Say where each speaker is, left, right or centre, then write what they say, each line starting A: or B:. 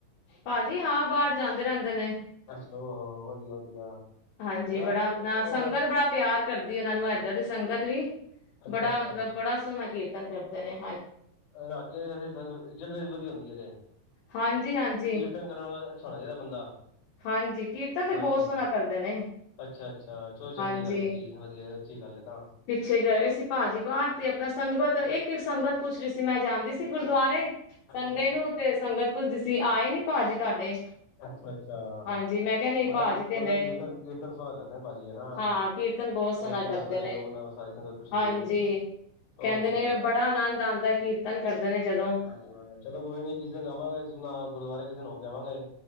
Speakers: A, on the left; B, on the left.
A: ਪਾਜੀ, ਹਾਂ ਬਾਹਰ ਜਾਂਦੇ ਰਹਿੰਦੇ ਨੇ।
B: ਅੱਛਾ ਉਹ ਵਧੀਆ ਵਧੀਆ
A: ਹਾਂਜੀ
B: ਰਾਗੇ
A: ਬੜਾ ਆਪਣਾ, ਸੰਗਤ
B: ਰਾਗੇ
A: ਬੜਾ ਪਿਆਰ ਕਰਦੀ ਉਹਨਾਂ ਨੂੰ ਇਏਧਰ ਦੀ ਸੰਗਤ ਵੀ,
B: ਅੱਛਾ
A: ਬੜਾ
B: ਅੱਛਾ
A: ਮਤਲਬ ਬੜਾ ਸੋਹਣਾ ਕੀਰਤਨ ਕਰਦੇ ਨੇ।
B: ਰਾਗੀਆਂ ਵੈਸੇ ਇਜਤ ਵਧੀਆ ਹੁੰਦੀ ਹੈ,
A: ਹਾਂਜੀ ਹਾਂਜੀ
B: ਕੀਰਤਨ <inaudible> ਕਰਨ ਵਾਲਾ ਅੱਛਾ ਹੋਣਾ ਚਾਹੀਦਾ ਬੰਦਾ।
A: ਹਾਂਜੀ, ਕੀਰਤਨ ਤੇ
B: ਹਾਂਜੀ
A: ਬਹੁਤ ਸੋਹਣਾ ਕਰਦੇ ਨੇ।
B: ਅੱਛਾ ਅੱਛਾ, ਚਲੋ ਚੰਗੀ
A: ਹਾਂਜੀ
B: ਗੱਲ ਹੈ ਜੀ ਵਧੀਆ, ਅੱਛੀ ਗੱਲ ਹੈ ਤਾਂ।
A: ਪਿੱਛੇ ਗਏ ਸੀ ਭਾਜੀ ਬਾਹਰ ਤੇ ਆਪਣਾ ਸੰਗਤ ਇੱਕ ਸੰਗਤ ਪੁੱਛ ਰਹੀ ਸੀ, ਮੈਂ ਜਾਂਦੀ ਸੀ ਗੁਰਦੁਆਰੇ
B: ਹਾਂਜੀ
A: ਸੰਡੇ
B: ਹਾਂਜੀ
A: ਨੂੰ ਤੇ ਸੰਗਤ ਪੁੱਛਦੀ ਸੀ, ਆਏ ਨੀ ਭਾਜੀ ਤੁਹਾਡੇ।
B: ਅੱਛਾ ਅੱਛਾ,
A: ਹਾਂਜੀ ਮੈਂ ਕਿਹਾ ਨਹੀਂ
B: ਮਤਲਬ-
A: ਭਾਜੀ ਤੇ
B: ਮਤਲਬ
A: ਹਲੇ
B: ਕੀਰਤਨ ਕੀਰਤਨ ਸੋਹਣਾ ਕਰਦੇ ਪਾਜੀ, ਹੈਨਾ।
A: ਹਾਂ ਕੀਰਤਨ
B: <inaudible>
A: ਬਹੁਤ ਸੋਹਣਾ
B: ਜਿਵੇ
A: ਕਰਦੇ
B: ਦੱਸ ਰਹੇ,
A: ਨੇ
B: ਸਾਰੀ ਸੰਗਤ ਪੁੱਛ ਰਹੀ
A: ਹਾਂਜੀ
B: ਹੈ। ਓਹ
A: ਕਹਿੰਦੇ
B: ਅੱਛੀ
A: ਨੇ
B: ਗੱਲ ਐ।
A: ਬੜਾ ਆਨੰਦ ਆਂਦਾ ਕੀਰਤਨ ਕਰਦੇ ਜਦੋ,
B: ਹਾਂਜੀ ਚਲੋ ਕੋਈ ਨੀ, ਕਿਸੇ ਦਿਨ ਆਵਾਂਗੇ ਗੁਰਦੁਆਰੇ ਕਿਸੇ ਦਿਨ ਹੋਕੇ ਆਵਾਂਗੇ।